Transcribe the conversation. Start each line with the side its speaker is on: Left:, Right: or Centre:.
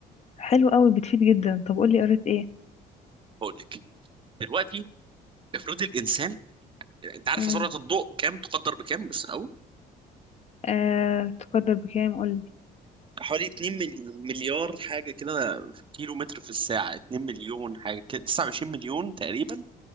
Left: حلو قوي بتفيد جدا طب قولي قريت ايه
Right: هقول لك دلوقتي افرض الانسان انت عارف
Left: مم.
Right: سرعه الضوء كام تقدر بكام بس الاول
Left: آه تقدر بكام قولي
Right: حوالي 2 ملي- مليار حاجه كده في كيلو متر في الساعه 2 مليون حاجه كده 29 مليون تقريبا